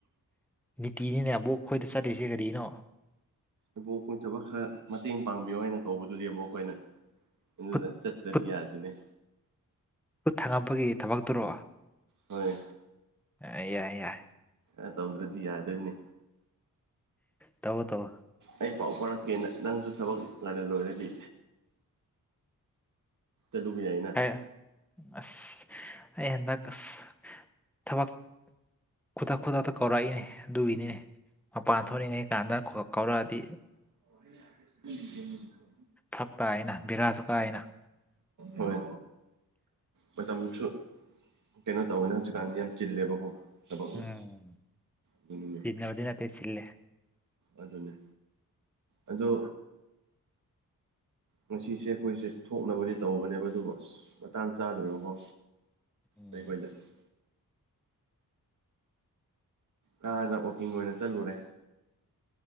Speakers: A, in the centre; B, on the right.
A: ꯅꯨꯡꯇꯤꯅꯤꯅꯦꯕꯣꯛ ꯑꯩꯈꯣꯏꯗ ꯆꯠꯂꯤꯁꯦ ꯀꯔꯤꯅꯣ
B: ꯏꯕꯣꯛ ꯑꯩꯈꯣꯏ ꯊꯕꯛ ꯈꯔ ꯃꯇꯦꯡ ꯄꯥꯡꯕꯤꯌꯣ ꯍꯥꯏꯅ ꯀꯧꯕꯗꯨꯗꯤꯕꯣ ꯑꯩꯈꯣꯏꯅ ꯑꯗꯨ
A: ꯈꯨꯠ
B: ꯆꯠꯇ꯭ꯔꯗꯤ
A: ꯈꯨꯠ
B: ꯌꯥꯔꯗꯅꯦ
A: ꯈꯨꯠ ꯊꯪꯉꯄꯒꯤ ꯊꯕꯛꯇꯔꯣ
B: ꯍꯣꯏ
A: ꯌꯥꯏ ꯌꯥꯏ
B: ꯑ ꯇꯧꯗ꯭ꯔꯗꯤ ꯌꯥꯗꯅꯦ
A: ꯇꯧ ꯇꯧ
B: ꯑꯩ ꯄꯥꯎ ꯐꯥꯎꯔꯛꯀꯦꯅ ꯅꯪꯁꯨ ꯊꯕꯛ ꯉꯟꯅ ꯂꯣꯏꯔꯗꯤ ꯑꯗꯨꯕꯨ ꯌꯥꯏꯅ
A: ꯍꯥꯏ ꯑꯁ ꯑꯩ ꯍꯟꯗꯛꯁ ꯊꯕꯛ ꯈꯨꯗꯛ ꯈꯨꯗꯛꯇ ꯀꯧꯔꯛꯏꯅꯦ ꯑꯗꯨꯒꯤꯅꯤꯅꯦ ꯃꯄꯥꯟ ꯊꯣꯛꯏꯉꯩ ꯆꯥꯟꯗꯥꯥ ꯈ ꯀꯥꯎꯔꯥ ꯑꯗꯤ
B: ꯑꯣ
A: ꯐꯛꯛꯇ ꯍꯥꯏꯅ ꯕꯤꯔꯥꯖꯨꯀ ꯍꯥꯏꯅ
B: ꯍꯣꯏ ꯃꯇꯝꯁꯨ ꯀꯩꯅꯣ ꯇꯧꯋꯦꯅ ꯍꯧꯖꯤꯛꯀꯥꯟꯗꯤ ꯌꯥꯝ ꯆꯤꯜꯂꯦꯕꯀꯣ ꯊꯕꯛꯅ
A: ꯎꯝ
B: ꯑꯗꯨꯅꯤꯅꯦ
A: ꯇꯟꯅꯕꯗꯤ ꯅꯠꯇꯦ ꯁꯤꯜꯂꯦ
B: ꯑꯗꯨꯅꯦ ꯑꯗꯨ ꯉꯁꯤꯁꯦ ꯑꯩꯈꯣꯏꯁꯦ ꯊꯣꯛꯅꯕꯗꯤ ꯇꯧꯕꯅꯦꯕ ꯑꯗꯨꯒ ꯑꯁ ꯃꯇꯥꯡ ꯆꯥꯗꯅꯀꯣ
A: ꯎꯝ
B: ꯑꯩꯈꯣꯏꯗ <unintelligible> ꯀꯥꯗ ꯋꯥꯛꯀꯤꯡ ꯑꯣꯏꯅ ꯆꯠꯂꯨꯔꯦ